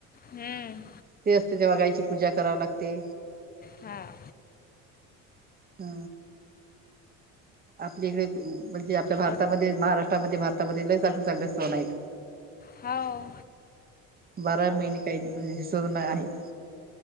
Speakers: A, on the left; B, on the right.
A: हूं!
B: ते असते तेव्हा गाईची पूजा करावा लागते.
A: हां!
B: ह! आपली इकडे म्हणजे आपल्या भारतामध्ये
A: अ-
B: महाराष्ट्रामध्ये, भारतामध्ये लयी चांगले चांगले सण आहेत.
A: हाव!
B: बारा महिने काही नं सण आहेत.